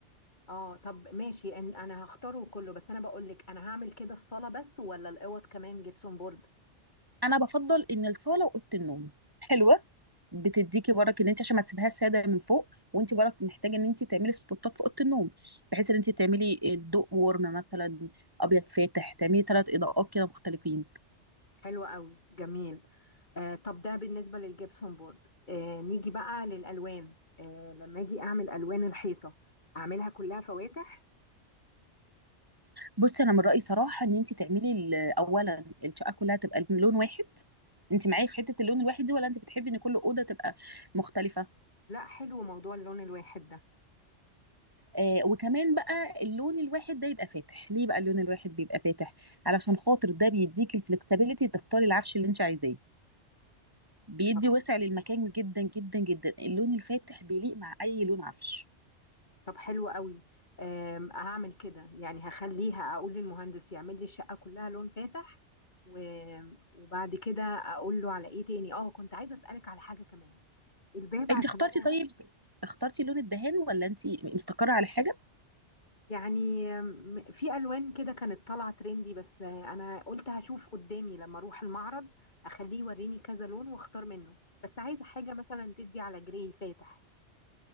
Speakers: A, on the left; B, on the right.
A: اه طب ماشي إن- انا هختاره كله بس انا بقول لك انا هعمل كده الصاله بس ولا الاوض كمان جبسون بورد
B: انا بفضل ان الصاله واوضه النوم حلوه بتديكي برك ان انت عشان ما تسيبهاش ساده من فوق وانت برك محتاجه ان انت تعملي سبوتات في اوضه النوم بحيث ان انت تعملي الضوء ورم مثلا ابيض فاتح تعملي ثلاث اضاءات كده مختلفين
A: حلو قوي جميل آه طب ده بالنسبه للجبسون بورد آه نيجي بقى للالوان آه لما اجي اعمل الوان الحيطه اعملها كلها فواتح
B: بصي انا من رايي صراحه ان انت تعملي ال- اولا الشقه كلها تبقى لون واحد انت معايا في حته اللون الواحد دي ولا انت بتحبي ان كل اوضه تبقى مختلفه
A: لا حلو موضوع اللون الواحد ده
B: آه وكمان بقى اللون الواحد ده يبقى فاتح ليه بقى اللون الواحد بيبقى فاتح علشان خاطر ده بيديك الفلكسبيليتي تختاري العفش اللي انت عايزاه بيدي
A: طب
B: وسع للمكان جدا جدا جدا اللون الفاتح بيليق مع اي لون عفش
A: طب حلو قوي آم، هعمل كده يعني هخليها اقول للمهندس يعمل لي الشقه كلها لون فاتح و- وبعد كده اقول له على ايه تاني اه كنت عايزه اسالك على حاجه كمان الباب
B: انت
A: عشان
B: اخترتي
A: انا
B: طيب اخترتي لون الدهان ولا انت مستقره على حاجه
A: يعني م- في الوان كده كانت طالعه ترندي بس انا قلت هشوف قدامي لما اروح المعرض اخليه يوريني كذا لون واختار منه بس عايزه حاجه مثلا تدي على جراي فاتح